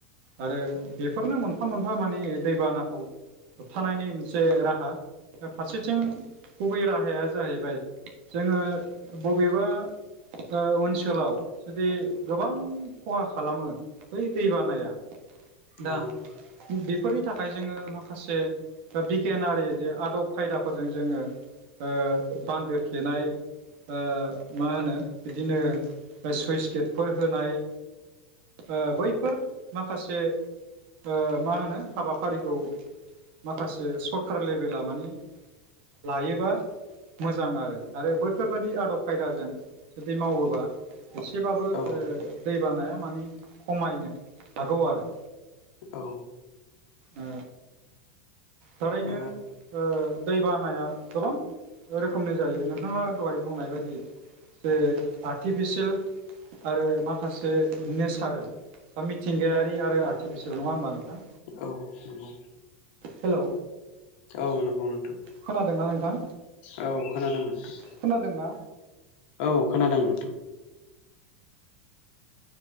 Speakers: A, on the right; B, on the left.
A: आरो बेफोरनो मोनफा मोनफा माने दैबानाखौ होबथानायनि मोनसे राहा। फारसेथिं गुबै राहाया जाहैबाय जोङो बबेबा ओ ओनसोलाव जुदि गोबां खहा खालामो बै दैबानाया दा
B: औ
A: बेफोरनि थाखाय जोङो माखासे बिगियानारि आदब खायदाफोरजों जोङो ओ बान्दो थेनाय ओ मा होनो बिदिनो सुइस गेटफोर होनाय। ओ बैफोर माखासे ओ मा होनो हाबाफारिखौ माखासे सरखार लेभेला माने लायोबा मोजां आरो। आरो बैफोरबाददि आदब खायदाजों जुदि मावोबा एसेबाबो
B: औ
A: ओ दैबानाया मानि खमायनो हागौ आरो।
B: औ।
A: ओ थारैनो
B: औ
A: ओ दै बानाया गोबां रोखोमनि जायो नोंथाङा दहाय बुंनाय बायदि जे आर्टिफिसियेल आरो माखासे नेचारेल बा मिथिंगायारि आरो आर्टिफिसियेल नङा होमबा नोंथां?
B: औ नंगौ
A: हेलौ
B: औ नंगौ नोंथां।
A: खोनादोंना नोंथां
B: औ खोनादों नोंथां
A: खोनादोंना
B: औ खोनादों नोंथां।